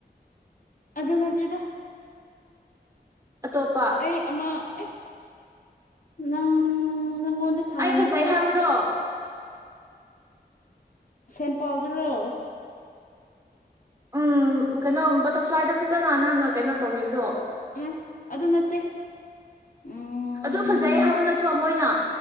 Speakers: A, on the left; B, on the right.
A: ꯑꯗꯨ ꯅꯠꯇꯦꯗ
B: ꯑꯇꯣꯞꯄ
A: ꯑꯩ ꯑꯃ ꯑꯦ ꯅꯪ ꯅꯪꯉꯣꯟꯗ ꯊꯥꯔꯝꯗꯦꯗ
B: ꯑꯩ ꯐꯖꯩ ꯍꯥꯏꯕꯗꯣ
A: ꯁꯦꯝꯄꯜꯗꯨꯔꯣ
B: ꯎꯝ ꯀꯩꯅꯣ ꯕꯇꯔꯐ꯭ꯂꯥꯏꯗ ꯐꯖꯅ ꯅꯥꯟꯅ ꯀꯩꯅꯣ ꯇꯧꯕꯤꯕꯗꯣ
A: ꯎꯝ ꯑꯗꯨ ꯅꯠꯇꯦ ꯎꯝ
B: ꯑꯗꯨ ꯐꯖꯩ ꯍꯥꯏꯕ ꯅꯠꯇ꯭ꯔꯣ ꯃꯣꯏꯅ